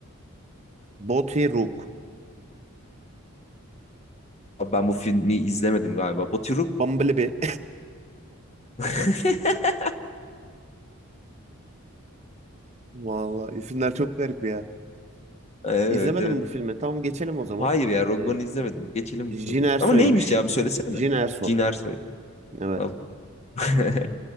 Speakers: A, on the right; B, on the left.
A: Bothy Rook,
B: Abi ben bu filmi izlemedim galiba. Baturuk.
A: Bumblebee.
B: <laughs>
A: <laughs> Vallahi isimler çok garip ya.
B: Evet
A: İzlemedim
B: evet.
A: bu filmi. Tamam geçelim o zaman.
B: Hayır ya Rogue
A: Ee,
B: One'ı izlemedim. Geçelim
A: Jin
B: bu soruyu.
A: Erso'ymuş.
B: Ama neymiş ya bir söylesene.
A: Jin Erso.
B: Cin Ersoy.
A: Evet.
B: Abi. <laughs>